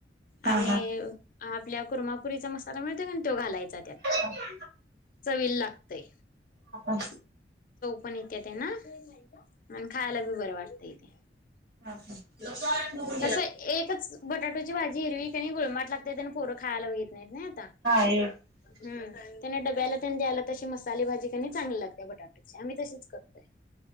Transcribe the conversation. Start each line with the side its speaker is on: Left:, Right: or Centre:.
Right: हा
Left: आणि
Right: हा
Left: आपल्या कुर्मापुरीचा मसाली मिळ- पण तो घालायचा त्यात
Right: हा
Left: चवीला लागतयं.
Right: हा का.
Left: पण येते ते ना आणि खायला बी बरं वाटतं इथे.
Right: हा.
Left: तसं एकच बटाटोची भाजी हिरवी आणि गुळमट लागते आणि पोरं खायला बघित नाहीत नाही आता.
Right: <inaudible>
Left: हम त्यांना डब्याला त्यांनी द्यायला तशी मसाली भाजी क नी चांगली लागते बटाट्याचे आम्ही तशीच करतोयं.